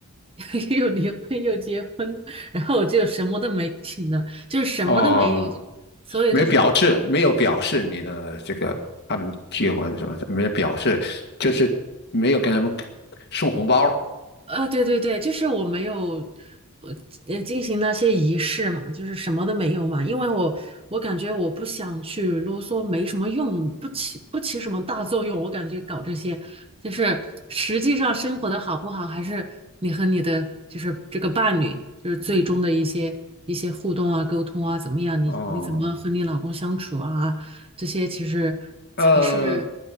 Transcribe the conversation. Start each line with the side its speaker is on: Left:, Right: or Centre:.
Right: <laughs> 又离婚又结婚了，然后我就什么都没请了，就是什么都没有，
Left: 哦，
Right: 所有都是。
Left: 没表示，没有表示你的这个他们结婚什么没表示，就是没有跟他们送红包，
Right: 啊，对对对，就是我没有，呃呃，进行那些仪式嘛，就是什么都没有嘛，因为我我感觉我不想去啰嗦，没什么用，不起不起什么大作用，我感觉搞这些，就是实际上生活的好不好，还是你和你的就是这个伴侣，就是最终的一些一些互动啊、沟通啊，怎么样？你你怎么和你老公相处啊？
Left: 哦。
Right: 这些其实才是
Left: 呃，